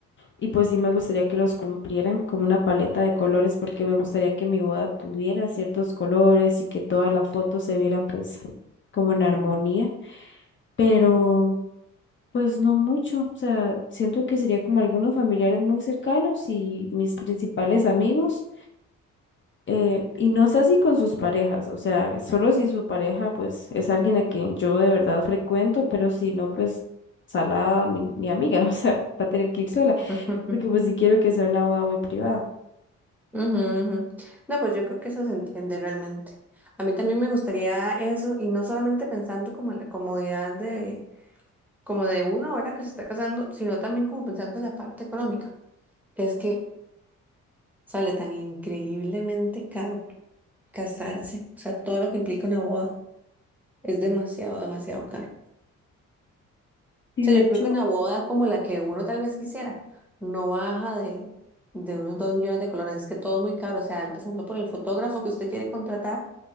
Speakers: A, on the left; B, in the centre.
A: y pues sí me gustaría que los cumplieran como una paleta de colores porque me gustaría que mi boda tuviera ciertos colores y que todas las fotos se vieran pues como en armonía. Pero... Pues no mucho, o sea, siento que sería como algunos familiares muy cercanos y mis principales amigos, eh, y no sé si con sus parejas, o sea, solo si su pareja pues es alguien a quien yo de verdad frecuento, pero si no, pues salada mi, mi amiga, <laughs> o sea, va a tener que ir sola,
B: <laughs>
A: porque pues sí quiero que sea una boda muy privada.
B: Ujú, ujú. No, pues yo creo que eso se entiende realmente. A mí también me gustaría eso, y no solamente pensando como en la comodidad de, como de uno ahora que se está casando, sino también como pensando en la parte económica. Es que sale tan increíblemente caro casarse, o sea, todo lo que implica una boda es demasiado, demasiado caro.
A: Y
B: O sea,
A: de hecho,
B: yo creo que una boda como la que uno tal vez quisiera no baja de, de unos dos millones de colones, es que todo es muy caro, o sea, empezando por el fotógrafo que usted quiere contratar